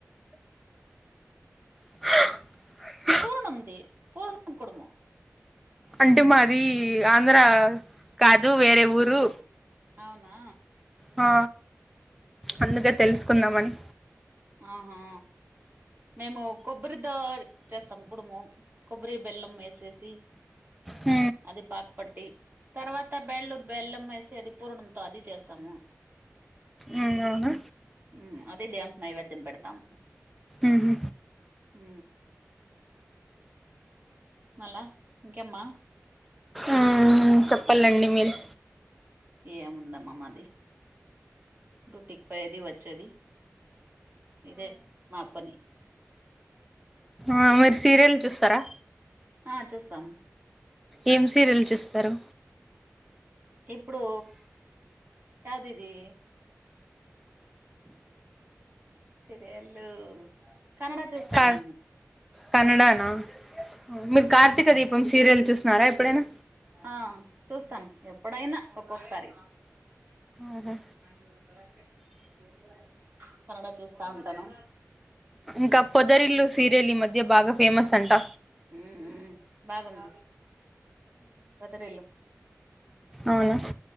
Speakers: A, in the centre; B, on the right.
A: హ
B: పూనంది పూన్ కుడుము
A: అంటే మాది ఆంధ్ర కాదు వేరే ఊరు
B: అవునా
A: హా అందుదే తెలుసుకుందామని
B: ఆహా మేము కొబ్బరిదో చేస్తాం కుడుము కొబ్బరి బెల్లం ఏసేసి
A: ఊ
B: అది పాకుపట్టి తర్వాత బెళ్ళు బెల్లం వేసి అది పూర్ణంతో అది చేస్తాము
A: ఇగ అవునా
B: ఊ అదే దేవునికి నైవేద్యం పెడతాము
A: ఉహు
B: ఊ మల్ల ఇంకేమ్మా
A: ఆ చెప్పాలండి మీలు
B: ఏముందమ్మా మాది డ్యూటీకి పోయేది వచ్చేది ఇదే మా పని
A: ఆ మీరు సీరియల్ చూస్తారా
B: ఆ చూస్తాం
A: ఏం సీరియల్ చూస్తారు
B: ఇప్పుడు యాదిది సీరియల్ కన్నడ చూసాం
A: క
B: మేము
A: కన్నడానా మీరు కార్తీక దీపం సీరియల్ చూసిన్నారా ఎప్పుడైనా
B: ఆ చూస్తాను ఎప్పుడైనా ఒక్కొక్కసారి
A: ఆహా
B: మంజు కరెక్ట్ ఏ కనడా చూస్తా ఉంటాను
A: ఇంకా పొదరిల్లు సీరియల్ ఈ మధ్య భాగ ఫేమస్ అంటా
B: ఊ ఊ బాగుంది పొదరిల్లు
A: అవునా